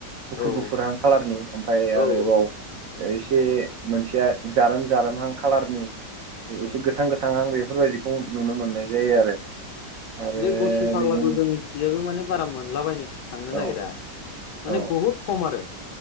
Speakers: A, on the right; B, on the left.
A: गुफुर
B: औ
A: गुफुरहां सारनि ओमफाय आरोबाव
B: औ औ
A: इसे मोनसेया जारोम जारोमहां खालारनि इसे
B: औ
A: गोथां गोथां आं बेफोरबायदिखौ नुनो मोननाय जायो आरो आरो
B: बे गरसि फाग्लाखौ
A: बेजों
B: जोंनिथिंजायबो माने बारा मोनलाबायनो थांनो नागिरा
A: औ
B: माने
A: औ
B: बहुद खम आरो